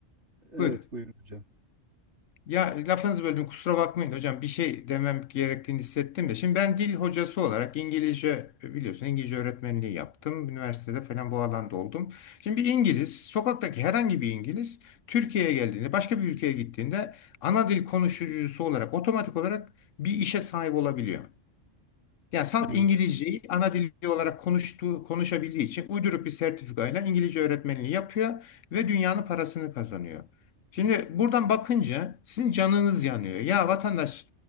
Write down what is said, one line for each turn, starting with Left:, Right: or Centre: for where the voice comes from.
Right: evet
Left: buyurun.
Right: buyurun hocam.
Left: Ya lafınızı böldüm kusura bakmayın hocam bir şey demem gerektiğini hissettim de. Şimdi ben dil hocası olarak İngilizce biliyorsun İngilizce öğretmenliği yaptım. Üniversitede falan bu alanda oldum. Şimdi bir İngiliz sokaktaki herhangi bir İngiliz Türkiye'ye geldiğinde başka bir ülkeye gittiğinde ana dil konuşucusu olarak otomatik olarak bir işe sahip olabiliyor. Yani Salt
Right: Evet.
Left: İngilizceyi ana dili olarak konuştuğu, konuşabildiği için uyduruk bir sertifikayla İngilizce öğretmenliği yapıyor ve dünyanın parasını kazanıyor. Şimdi buradan bakınca sizin canınız yanıyor. Ya vatandaş